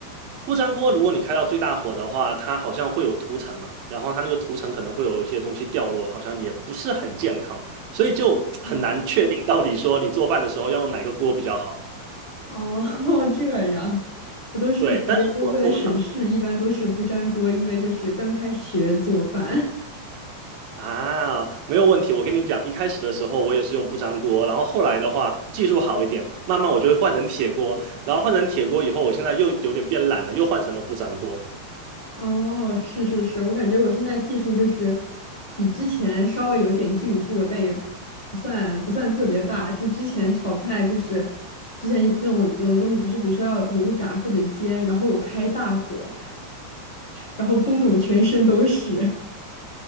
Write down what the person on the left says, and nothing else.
这样。哦，<laughs> 这样，我都是感觉就为了省事，
一般都是不粘锅，因为就是刚开始学做饭。
<laughs> 哦，是是是，我感觉我现在技术就是比之前稍微有点进步，但也不算不算特别大。就之前炒菜，就是之前这种有的东西不是，比如说要油炸或者煎，然后我开大火，然后崩的我全身都是。